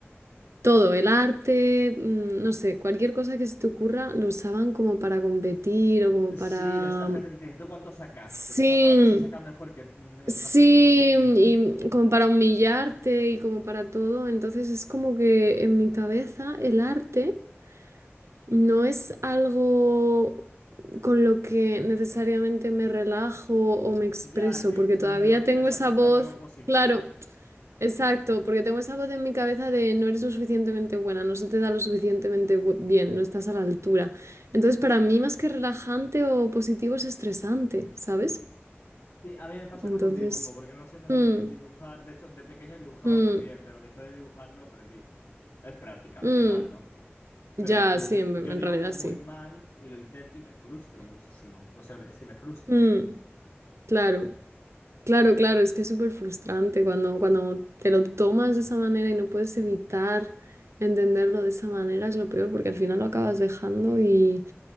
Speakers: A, on the right; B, on the left.
A: todo, el arte, mm, no sé, cualquier cosa que se te ocurra, lo usaban como para competir o como
B: Sí,
A: para...
B: de esta gente que te dice, ¿tú cuánto sacaste?
A: Sí,
B: En plan, para ver si saca mejor que me-
A: sí,
B: más que tú, ¿no? <laughs>
A: y como para humillarte y como para todo. Entonces es como que en mi cabeza el arte... No es algo con lo que necesariamente me relajo o me expreso,
B: Ya que
A: porque
B: no
A: todavía
B: lo tienes
A: tengo esa
B: asociado
A: voz,
B: a algo positivo.
A: claro, exacto, porque tengo esa voz en mi cabeza de no eres lo suficientemente buena, no se te da lo suficientemente bu- bien, no estás a la altura. Entonces, para mí, más que relajante o positivo, es estresante, ¿sabes?
B: Sí, a mí me pasa
A: Entonces,
B: cuando dibujo, porque no se me da
A: mm,
B: muy bien dibujar. De hecho, de pequeño dibujaba
A: mm,
B: muy bien, pero dejé de dibujar y lo perdí. Es práctica al
A: mm,
B: final, ¿no? Pero
A: ya,
B: yo,
A: sí,
B: di-
A: en
B: yo
A: en
B: dibujo
A: realidad
B: muy
A: sí.
B: mal y lo intento y me frustro muchísimo. O sea, es que me frustro.
A: Mm, claro. Claro, claro, es que es súper frustrante cuando, cuando te lo tomas de esa manera y no puedes evitar entenderlo de esa manera, es lo peor, porque al final lo acabas dejando y,